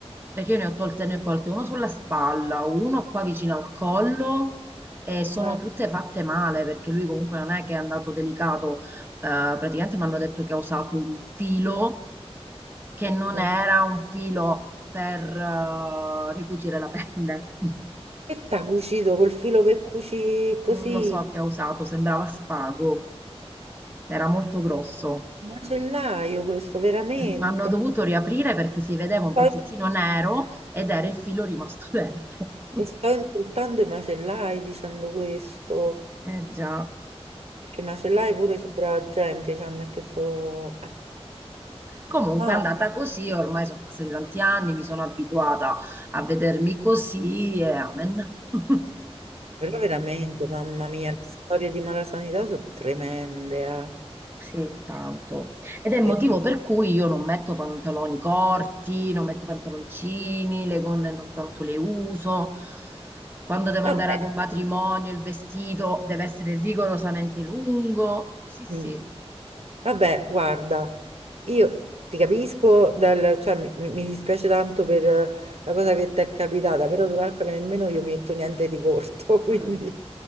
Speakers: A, on the right; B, on the right.
A: perché io ne ho tolte, ne ho tolte uno sulla spalla, uno qua vicino al collo e sono
B: Eh,
A: tutte fatte male, perché lui comunque non è che è andato delicato, Eh, praticamente mi hanno detto che ha usato un filo che non
B: eh.
A: era un filo per eh, ricucire la pelle, <laughs>
B: Che t'ha cucito col filo per cuci così?
A: non lo so che ha usato, sembrava spago, era molto grosso.
B: Macellaio questo, veramente.
A: Mi hanno dovuto riaprire perché si vedeva un
B: Poi,
A: pezzettino nero ed era il filo rimasto dentro. <laughs>
B: e sto insultando i macellai dicendo questo.
A: Eh già,
B: Perché macellai pure su brava gente, cioè non è che so... eh.
A: Comunque
B: No,
A: è andata così, ormai sono passati tanti anni, mi sono abituata a vedermi così e amen. <laughs>
B: però veramente, mamma mia, le storie di malasanità sono tremende.
A: Sì, tanto. Ed è il motivo
B: eh.
A: per cui io non metto pantaloni corti, non metto pantaloncini, le gonne non tanto le uso. Quando devo
B: Vabbè,
A: andare ad un matrimonio, il vestito deve essere rigorosamente lungo. Sì, sì.
B: mm, vabbè, guarda, io ti capisco, dal- cioè, mi, mi- mi dispiace tanto per eh, la cosa che ti è capitata, però tu calcola che nemmeno io mi metto niente di corto, <laughs> quindi...
A: Mm.